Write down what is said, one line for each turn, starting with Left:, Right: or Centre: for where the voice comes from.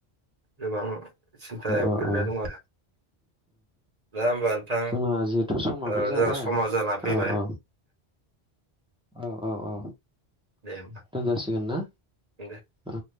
Right: गोबां सिन्थायाव
Centre: अ
Right: गोलैनानै
Centre: औ
Right: दं आरो दा होमबा नोंथां
Centre: जोंना जिहेथु समाबो
Right: ओ
Centre: जाबाय
Right: जोंहा समा जाना फैबाय
Centre: औ औ औ औ औ
Right: दे होमबा
Centre: दोनजासिगोन ना?
Right: दे
Centre: औ।